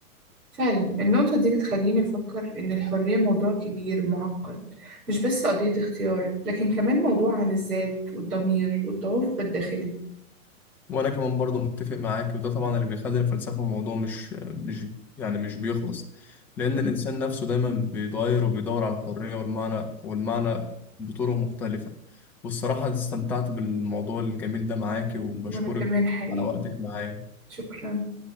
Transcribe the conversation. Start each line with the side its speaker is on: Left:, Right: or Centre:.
Right: فعلا النقطة دي بتخليني أفكر إن الحرية موضوع كبير معقد مش بس قضية اختيار لكن كمان موضوع عن الذات والضمير والتوافق الداخلي
Centre: وأنا كمان برضه متفق معاك وده طبعا اللي بيخلي الفلسفة موضوع مش مش يعني مش بيخلص لأن الإنسان نفسه دايما بيتغير وبيدور على الحرية والمعنى والمعنى بطرق مختلفة والصراحة استمتعت بالموضوع الجميل ده معاكي وبشكرك
Right: وأنا كمان حقيقي
Centre: على وقتك معايا
Right: شكرا